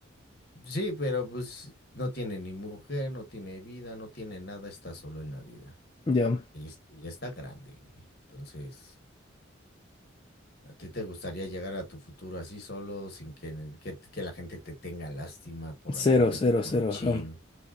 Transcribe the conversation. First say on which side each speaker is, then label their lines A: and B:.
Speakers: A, on the left; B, on the left.
A: Sí, pero pues no tiene ni mujer, no tiene vida, no tiene nada, está solo en la vida.
B: Ya.
A: Y, es- y ya está grande, güey. Entonces, ¿a ti te gustaría llegar a tu futuro así solo, sin que, que, que la gente te tenga lástima por
B: Cero,
A: andar de
B: cero,
A: teporochín?
B: cero, ajá.